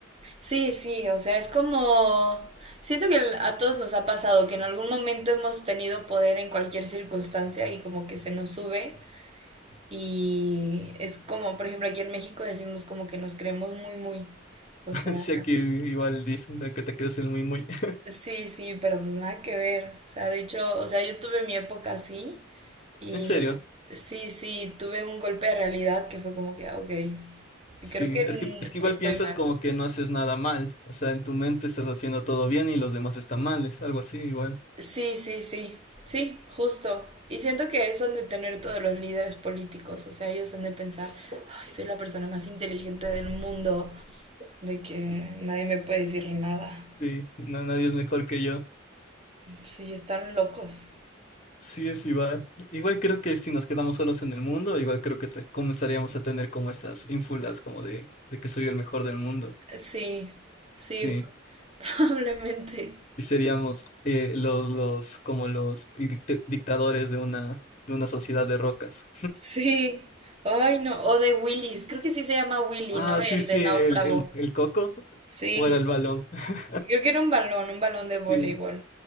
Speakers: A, on the right; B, on the left.
A: Sí, sí, o sea, es como... Siento que a todos nos ha pasado que en algún momento hemos tenido poder en cualquier circunstancia y como que se nos sube y es como, por ejemplo, aquí en México decimos como que nos creemos muy, muy. O
B: <laughs>
A: sea,
B: Si aquí igual dicen de que te crees el muy muy. <laughs>
A: sí, sí, pero pues nada que ver. O sea, de hecho, o sea, yo tuve mi época así y
B: En serio,
A: sí, sí, tuve un golpe de realidad que fue como que, ah, ok,
B: sí,
A: creo que
B: es que, es
A: mm,
B: que
A: estoy
B: igual piensas
A: mal.
B: como que no haces nada mal, o sea, en tu mente estás haciendo todo bien y los demás están mal, es algo así igual.
A: Sí, sí, sí, sí, justo. Y siento que eso han de tener todos los líderes políticos, o sea, ellos han de pensar, ay, soy la persona más inteligente del mundo, de que nadie me puede decir nada.
B: Sí, no, nadie es mejor que yo.
A: Sí, están locos.
B: Sí, es igual. Igual creo que si nos quedamos solos en el mundo, igual creo que te- comenzaríamos a tener como esas ínfulas como de, de que soy el mejor del mundo.
A: Sí, sí,
B: Sí.
A: <laughs> probablemente.
B: Y seríamos eh, los, los, como los dict- dictadores de una, de una sociedad de rocas.
A: Sí, ay, no, o de Willis, creo que sí se llama Willy,
B: Ah,
A: ¿no? El
B: sí, sí,
A: de náufrago.
B: el, el, el coco
A: Sí,
B: o era el balón. <laughs>
A: creo que era un balón, un balón de
B: Sí.
A: voleibol.